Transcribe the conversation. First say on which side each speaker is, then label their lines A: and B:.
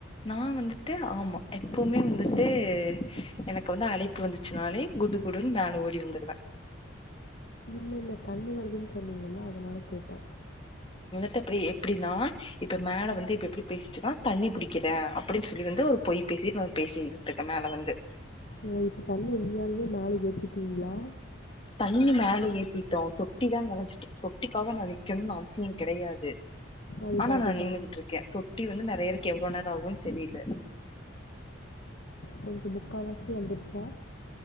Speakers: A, on the left (about 25°); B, on the left (about 55°).
A: நா வந்துட்டு ஆமா எப்பவுமே வந்துட்டு எனக்கு வந்து அழைப்பு வந்துச்சுனாலே குடு குடுன்னு மேல ஓடி வந்துருவ
B: இல்ல இல்ல தண்ணி வருதுன் சொன்னீங்கல்ல அதனால கேட்ட
A: இப்ப எப்டினா இப்ப மேல வந்து இப்ப எப்டி பேசிட்டுற்க தண்ணி புடிக்கிற அப்டின்னு சொல்லி வந்து ஒரு பொய் பே பேசி பேசித்துக்க மேல வந்து
B: ஓ இப்ப தண்ணி உண்மையாலுமே மேல எத்திட்டீங்களா
A: தண்ணி மேல ஏத்திட்டோ தொட்டி தா நெறைஞ்சுட்டு இருக்கு தொட்டிக்காக நா நிக்கணுன்னு அவசியோ கெடையாது
B: அதுதான்
A: ஆனா நா
B: அதுதான்
A: நின்னுகிட்டு இருக்கே தொட்டி வந்து நெ நிறையருக்கு எவ்ளோ நேரோ ஆகுனு தெரியல
B: கொஞ்ச முக்காவாசி வந்துருச்சா